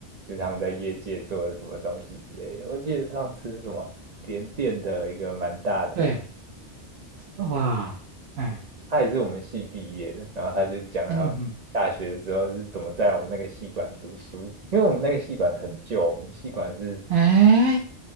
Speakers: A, on the right; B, on the right.
A: 就是他们在业界做了什么东西之类的。我记得上次是什么联电的一个蛮大的，
B: 对，哇，哎，
A: 他也是我们系毕业的，然后他就讲了他大学的时候是怎么在我们那个系馆读书，
B: 嗯嗯，
A: 因为我们那个系馆很旧，我们系馆是
B: 哎